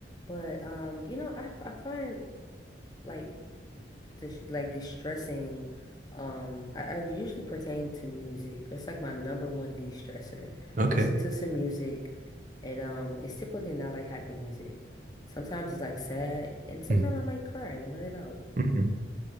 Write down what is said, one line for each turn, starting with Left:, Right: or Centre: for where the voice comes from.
Left: but um, you know, I I find like this like distressing. Um, I, I usually pertain to music. That's like my number one de-stressor.
Right: Okay.
Left: Listen to some music, and um, it's typically not like happy music. Sometimes it's like sad, and sometimes
Right: Mm.
Left: I might cry and let it out.
Right: Mhm.